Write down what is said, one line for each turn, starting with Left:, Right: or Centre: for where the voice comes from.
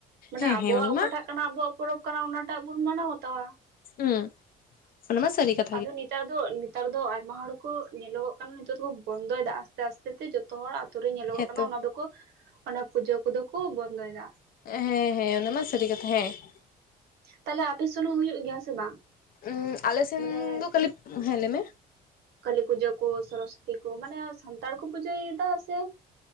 Right: ᱢᱟᱱᱮ
Left: ᱦᱮᱸ
Right: ᱟᱵᱚᱣᱟᱜ
Left: ᱦᱮᱸ ᱚᱱᱟ
Right: ᱚᱠᱟᱴᱟᱜ
Left: ᱢᱟ
Right: ᱾ ᱠᱟᱱᱟ ᱟᱵᱚᱣᱟᱜ ᱯᱚᱨᱚᱵᱽ ᱠᱟᱱᱟ ᱚᱱᱟᱴᱟᱜ ᱵᱚᱱ ᱢᱟᱱᱟᱣ ᱵᱟᱛᱟᱣᱟ ᱾
Left: ᱦᱩᱸ ᱾ ᱚᱱᱟ ᱢᱟ ᱥᱟᱹᱨᱤ ᱠᱟᱛᱷᱟ ᱾
Right: ᱟᱫᱚ ᱱᱮᱛᱟᱨ ᱫᱚ ᱱᱮᱛᱟᱨ ᱫᱚ ᱟᱭᱢᱟ ᱦᱚᱲ ᱠᱚ ᱧᱮᱞᱚᱜᱚᱜ ᱠᱟᱱᱟ ᱱᱤᱛᱚᱜ ᱫᱚᱠᱚ ᱵᱚᱱᱫᱚᱭᱮᱫᱟ ᱟᱥᱛᱮ ᱟᱥᱛᱮ ᱾ ᱡᱮᱛᱮ ᱡᱚᱛᱚ ᱦᱚᱲ ᱟᱛᱳ ᱨᱮ ᱧᱮᱞᱚᱜᱚᱜ
Left: ᱦᱮᱸᱛᱚ
Right: ᱠᱟᱱᱟ ᱚᱱᱟ ᱫᱚᱠᱚ ᱚᱱᱟ ᱯᱩᱡᱟᱹ ᱠᱚᱫᱚ ᱠᱚ ᱵᱚᱱᱫᱚᱭᱮᱫᱟ ᱾
Left: ᱦᱮᱸ ᱦᱮᱸ ᱚᱱᱟᱢᱟ ᱥᱟᱹᱨᱤ ᱠᱟᱛᱷᱟ ᱦᱮᱸ ᱾
Right: ᱛᱟᱦᱚᱞᱮ ᱟᱯᱮ ᱥᱮᱱ ᱦᱚᱸ ᱦᱩᱭᱩᱜ ᱜᱮᱭᱟ ᱥᱮ ᱵᱟᱝ?
Left: ᱩᱸ ᱟᱞᱮ ᱥᱮᱜᱼᱼ
Right: ᱢᱟᱱᱮᱼᱼ
Left: ᱛᱟᱦᱮᱞᱤᱯ, ᱦᱮᱸ ᱞᱟᱹᱭ ᱢᱮ᱾
Right: ᱠᱟᱹᱞᱤ ᱯᱩᱡᱟᱹ ᱠᱚ ᱥᱚᱨᱚᱥᱚᱛᱤ ᱠᱩ ᱢᱟᱱᱮ ᱥᱟᱱᱛᱟᱲ ᱠᱚ ᱯᱩᱡᱟᱹ ᱭᱮᱫᱟ ᱥᱮᱼᱼ